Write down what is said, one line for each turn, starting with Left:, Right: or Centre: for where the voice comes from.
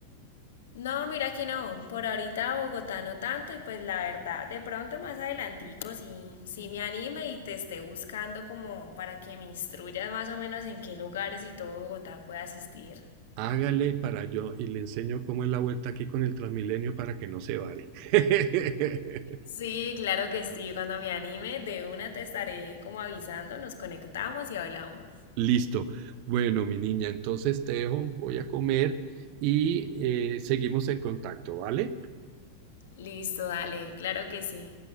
Left: No, mira que no, por ahorita Bogotá no tanto y pues la verdad, de pronto más adelantico sí, sí me anime y te esté buscando como para que me instruyas más o menos en qué lugares y todo Bogotá pueda asistir.
Right: Hágale para yo y le enseño cómo es la vuelta aquí con el Transmilenio para que no se vare. <laughs>
Left: Sí, claro que sí. Cuando me anime, de una te estaré como avisando, nos conectamos y hablamos.
Right: Listo. Bueno, mi niña, entonces te dejo, voy a comer y eh, seguimos en contacto, ¿vale?
Left: Listo, dale, claro que sí.